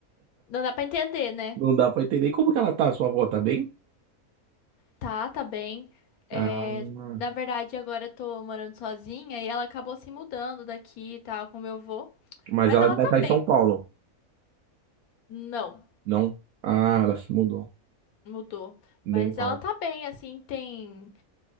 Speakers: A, on the left; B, on the right.
A: Não dá pra entender, né?
B: Não dá pra entender. E como que ela tá, a sua avó, tá bem?
A: Tá, tá bem. É,
B: Ah, uhum.
A: na verdade, agora eu tô morando sozinha e ela acabou se mudando daqui e tal, com meu avô.
B: Mas
A: Mas
B: ela
A: ela
B: ainda
A: tá
B: tá em
A: bem.
B: São Paulo,
A: Não,
B: não? Ah, ela se mudou.
A: mudou.
B: Legal.
A: Mas ela tá bem, assim, tem,